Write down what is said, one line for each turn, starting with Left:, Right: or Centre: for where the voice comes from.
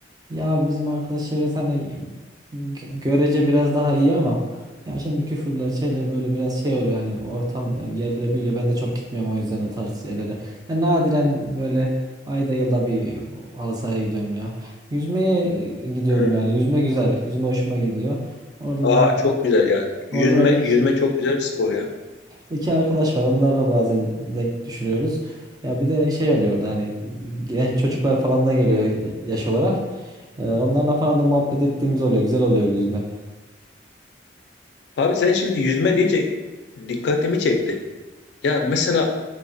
Right: Ya abi bizim arkadaş çevresi hani gö- görece biraz daha iyi ama ya şimdi küfürler şeyler böyle biraz şey oluyor hani ortam e, gerilebiliyor. Ben de çok gitmiyorum o yüzden o tarz şeylere. Ya nadiren böyle ayda yılda bir halı sahaya gidiyorum ya. Yüzmeye e, gidiyorum
Left: Hmm.
Right: yani. Yüzme güzel. Yüzme hoşuma gidiyor. Orada
Left: Aa
Right: da
Left: çok güzel ya. Yüzme
Right: Orada da ilk
Left: yüzme çok güzel bir spor ya.
Right: İki arkadaş var. Onlarla bazen denk düşürüyoruz. Ya bir de şey oluyor da hani genç çocuklar falan da geliyor ya- yaş olarak. Ee, onlarla falan da muhabbet ettiğimiz oluyor. Güzel oluyor yüzme.
Left: Abi sen şimdi yüzme deyince dikkatimi çekti. Ya mesela